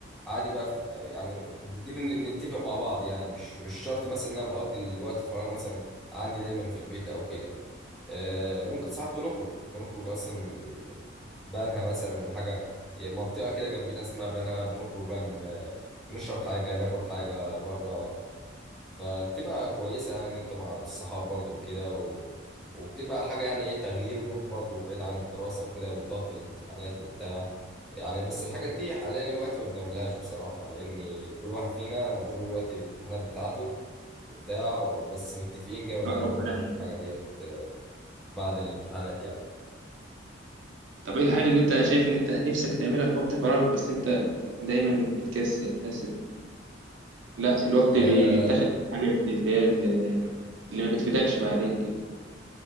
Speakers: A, in the centre; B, on the right (about 75°).
A: عادي بقى في يعني دي بن- نتفق مع بعض يعني مش مش شرط مثلا ان انا بقضي الوقت الفراغ مثلا عندي دايما في البيت او كده آه، ممكن ساعات بنخرج بنخرج اصلا بنها مثلا ولا حاجه منطقه كده جنبنا اسمها بنها بنخرج بقى ن- نشرب حاجه ناكل حاجه بره فبتبقى كويسة يعني إن أنت مع الصحاب برضو وكده و... وبتبقى حاجة يعني إيه تغيير مود برضو بعيد عن الدراسة وكده والضغط الامتحانات وبتاع يعني بس الحاجات دي حاليا الوقت ما بنعملهاش بصراحة لأن كل واحد فينا مشغول دلوقتي الامتحانات بتاعته وبتاع بس متفقين جامد
B: آه،
A: يعني
B: ربنا
A: إن إحنا هنعمل
B: يعينك
A: الحاجة ديت بعد الامتحانات يعني
B: طب إيه الحاجة اللي أنت شايف إن أنت نفسك تعملها في وقت فراغك بس أنت دايما بتكسل حاسس إن لا الوقت
A: آه
B: بي- بيتاخد في حاجة اللي هي اللي اللي ما بتفيدكش بعدين كده